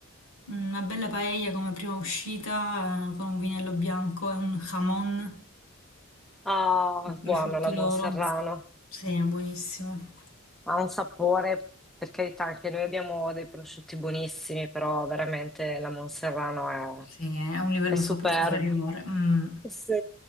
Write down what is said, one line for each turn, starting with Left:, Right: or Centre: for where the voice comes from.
Left: Mm, Una bella paella come prima uscita, eh, con un vinello bianco e un jamon,
Centre: Ah,
Left: il prosciutto
Centre: buono la Monserrano,
Left: loro. Sì, è buonissimo.
Centre: ha un sapore, per carità, anche noi abbiamo dei prosciutti buonissimi, però veramente la Monserrano
Left: Sì, è un livello
Centre: è, è superba.
Left: sop- superiore. Mm.
Centre: Sì.